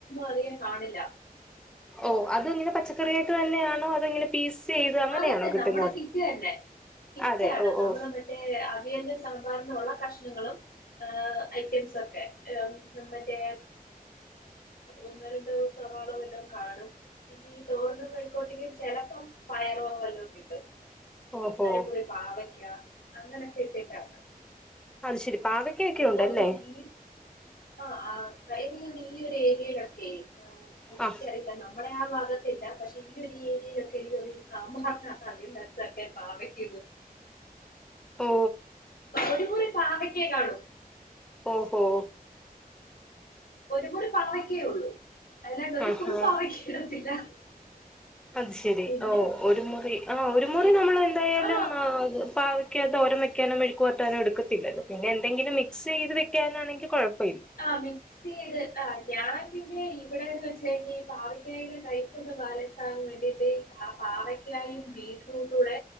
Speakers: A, on the left; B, in the centre.
A: അധികം കാണില്ല
B: ഓ അത്ങ്ങനെ പച്ച കറിയായിട്ട് തന്നെയാണോ അതോ ഇങ്ങനെ പീസ് ചെയ്ത് അങ്ങനെയാണോ
A: അതെ തെ
B: കിട്ടുന്നെ
A: നമ്മുടെ
B: അവിടെ
A: കിറ്റ് തന്നെ കിറ്റാണ്
B: അതെ ഓ
A: നമ്മള്
B: ഓ
A: മറ്റേ അവിയല്നും സാമ്പാറ്നും ഒ ള്ള കഷ്ണങ്ങളും ആ ഐറ്റംസ് ഒക്കെ മറ്റേ ഒന്നോ രണ്ട ദിവസ ആള വല്ലോ കാണും പിന്ന ഈ തോറിനും വെഴിക്കോട്ടും ചെിലപ്പം പയറോ വല്ലോ കിട്ടും
B: ഓഹോ
A: അതുപോലെ പാവ അങ്ങനൊക്കെ ഇട്ടിട്ടാണ്
B: അത് ശരി പാവയ്ക്കൊക്കെ
A: എനിയ്ക്കെ
B: ഉണ്ടല്ലേ
A: തോന്നു ഈ ആ ആയിലിനിൽ ഈ ഒരു ഏരിയാ യിലൊക്കെ എനിക്കറിയില്ല
B: ആ
A: നമ്മടെ ആ ഭാഗത്തൊക്കെ ഇല്ല പക്ഷെ ഈ ഒരു ഏരിയയിലൊക്കെ എനിക്ക് തോന്നുന്നു <unintelligible> സാമ്പാറിനകത്ത സർക്ക പാവക്ക
B: ഓ
A: ഒരു മുറി പാവയ്ക്കെ കാണും
B: ഓ ഹോ
A: ഒരു മുറി പാവയ്ക്കേ ഉള്ളൂ അല്ലാ ണ്ട് ഒരു
B: ആ
A: ഫുൾ
B: ആ
A: പാവയ്ക്ക ഇടത്തില്ല
B: അത് ശരി
A: പിന്നെ
B: ഓ ഒരു മുറി ആ
A: ആഹ്
B: ഒരു മുറി നമ്മൾ എന്തായാലും
A: ആഹ്
B: ആ പാവയ്ക് യ്ക്ക തോരൻ വെയ്ക്കാനോ മെഴുപരട്ടാനോ എടുക്കത്തില്ലല്ലോ പിന്നെ എന്തെങ്കിലും മിക്സ് ചെയ്ത് വെക്കാനാണെങ്കിൽ കുഴപ്പം
A: ആ മിക്സ് ചെയ്ത് ആ ഞാൻ പിന്നേയ് ഇവിടെന്നെ വെച്ചാനി ഈ പാവക്കായുടെ കൈപ്പൊന്ന് ബാലൻസ് ആകാൻ വേണ്ടിട്ട് പാവക്കായും പി ബ്റ്ററൂട്ടൂടെ